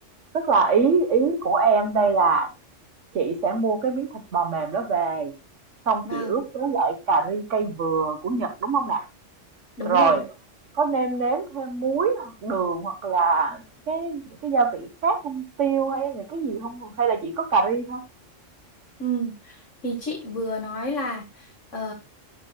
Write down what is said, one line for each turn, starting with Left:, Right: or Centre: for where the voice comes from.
Right: tức là ý ý của em đây là chị sẽ mua cái miếng thịt bò mềm đó về, xong
Left: Vâng,
Right: chị ướp với lại cà ri cây vừa của Nhật, đúng không nè?
Left: đúng
Right: Rồi
Left: rồi.
Right: có nêm nếm thêm muối hoặc đường hoặc là cái những cái gia vị khác không Tiêu hay là cái gì hông? Hay là chỉ có cà ri thôi?
Left: Ừ, thì chị vừa nói là ờ,